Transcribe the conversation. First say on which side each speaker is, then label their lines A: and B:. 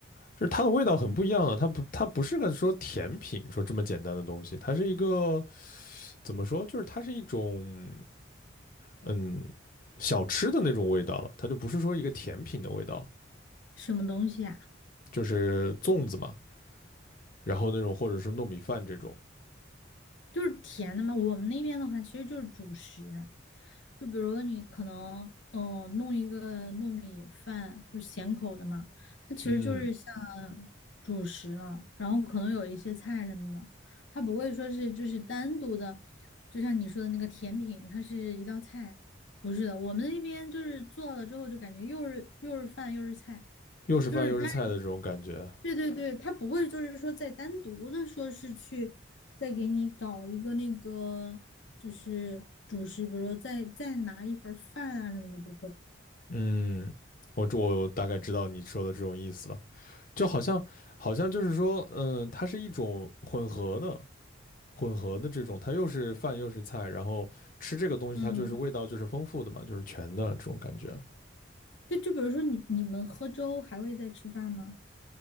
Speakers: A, on the left; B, on the left.
A: 就是它的味道很不一样了。它不，它不是个说甜品说这么简单的东西，它是一个怎么说？就是它是一种嗯小吃的那种味道了，它就不是说一个甜品的味道了，
B: 什么东西啊？
A: 就是粽子嘛，然后那种或者是糯米饭这种，
B: 就是甜的嘛。我们那边的话，其实就是主食，就比如说你可能嗯、呃弄一个糯米饭，就是咸口的嘛，它其实就是像
A: 嗯，
B: 主食了，然后可能有一些菜什么的，它不会说是就是单独的，就像你说的那个甜品，它是一道菜。不是的，我们那边就是做了之后就感觉又是又是饭又是菜，
A: 又是饭又是菜的这种感觉，
B: 就是但。对对对，他不会就是说再单独的说是去再给你搞一个那个就是主食，比如说再再拿一份儿饭啊什么的，不会。
A: 嗯，我我大概知道你说的这种意思了，就好像好像就是说，嗯，它是一种混合的。混合的这种，它又是饭又是菜，然后吃这个东西它就是味道就是丰富的嘛，
B: 嗯，
A: 就是全的这种感觉。
B: 对，就比如说你你们喝粥还会再吃饭吗？